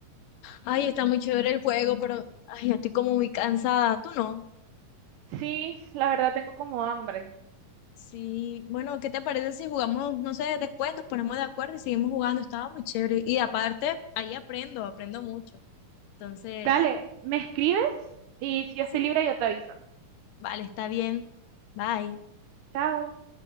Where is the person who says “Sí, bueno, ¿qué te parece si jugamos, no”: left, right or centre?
Left